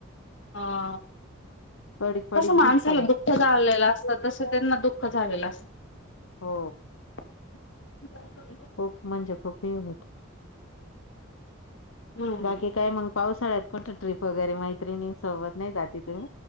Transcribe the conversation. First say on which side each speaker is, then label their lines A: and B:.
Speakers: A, on the left; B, on the left.
A: अ
B: पडीक पडीक
A: तसं माणसाला
B: दिसतात
A: दुःख झालेलं असतं तसं त्यांना दुःख झालेलं असत
B: हो
A: <unintelligible>
B: खूप म्हणजे खूप हेी होत
A: हम्म
B: बाकी काय म्हग पावसाळ्यात कोणत ट्रिप वगैरे मैत्रिणी सोबत नाही जाते तुम्ही